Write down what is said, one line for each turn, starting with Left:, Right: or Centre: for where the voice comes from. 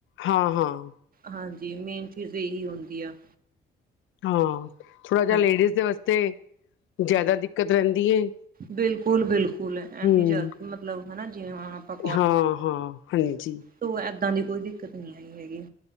Left: ਹਾਂ, ਹਾਂ।
Right: ਹਾਂਜੀ ਮੇਨ ਚੀਜ਼ ਇਹੀ ਹੁੰਦੀ ਆ।
Left: ਹਾਂ। ਥੋੜਾ ਜਿਹਾ
Right: ਹਾਂ
Left: ਲੇਡੀਜ਼ ਦੇ ਵਾਸਤੇ ਜ਼ਿਆਦਾ ਦਿੱਕਤ ਰਹਿੰਦੀ ਏ।
Right: ਬਿਲਕੁਲ ਬਿਲਕੁਲ ਇਨੀ
Left: ਹੂੰ
Right: ਜਲ ਮੱਤਲਬ ਹਨਾ ਜਿਵੇਂ ਹੁਣ ਆਪਾਂ
Left: ਹਾਂ, ਹਾਂ ਹਾਂਜੀ।
Right: ਤੋਂ ਐਦਾਂ ਦੀ ਕੋਈ ਦਿੱਕਤ ਨੀ ਆਈ ਹੈਗੀ।